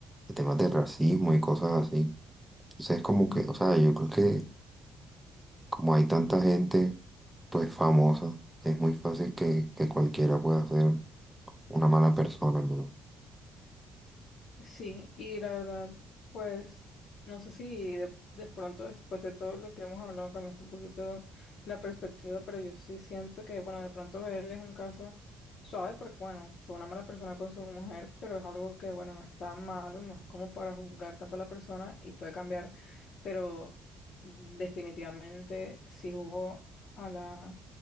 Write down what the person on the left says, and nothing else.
Sí, y la verdad, pues no sé si de, de pronto después de todo lo que hemos hablado cambiaste un poquito la perspectiva, pero yo sí siento que, bueno, de pronto verle es un caso suave porque, bueno, fue una mala persona con su mujer, pero es algo que, bueno, no está malo, no es como para juzgar tanto a la persona y puede cambiar, pero definitivamente sí jugó a la,